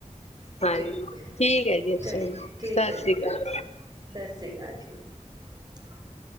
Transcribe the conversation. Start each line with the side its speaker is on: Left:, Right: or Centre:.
Left: ਹਾਂਜੀ
Right: ਠੀਕ
Left: ਠੀਕ ਹੈ ਜੀ ਅੱਛਾ
Right: ਚੰ
Left: ਜੀ
Right: ਠੀਕ
Left: ਸਤਿ
Right: ਹੈ
Left: ਸ਼੍ਰੀ
Right: ਜੀ
Left: ਅਕਾਲ
Right: ਅੱਛਾ ਜ ਸਤਿ ਸ੍ਰੀ ਅਕਾਲ ਜੀ ਹਾਂ